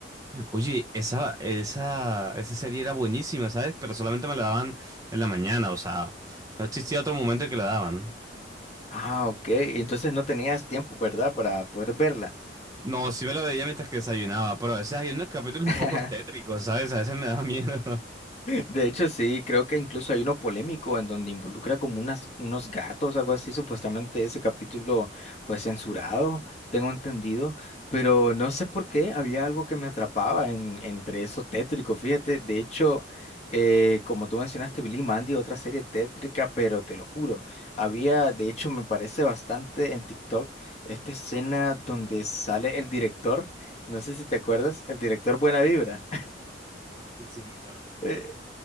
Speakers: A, on the right (about 20°); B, on the left (about 35°).
A: Oye, esa, esa, esa serie era buenísima, ¿sabes? Pero solamente me la daban en la mañana, o sea, no existía otro momento en que la daban.
B: Ah, ok, entonces no tenías tiempo, ¿verdad? Para poder verla.
A: No, sí me la veía mientras que desayunaba, pero a veces hay unos capítulos
B: <laughs>
A: un poco tétricos, ¿sabes? A veces me daba miedo. <laughs>
B: De hecho, sí, creo que incluso hay uno polémico en donde involucra como unas, unos gatos, algo así, supuestamente ese capítulo fue censurado, tengo entendido, pero no sé por qué había algo que me atrapaba en, entre eso tétrico, fíjate, de hecho, eh, como tú mencionaste, Billy y Mandy, otra serie tétrica, pero te lo juro, había, de hecho, me parece bastante en TikTok esta escena donde sale el director, no sé si te acuerdas, el director Buena Vibra.
A: Sí, sí, me acuerdo.
B: <laughs>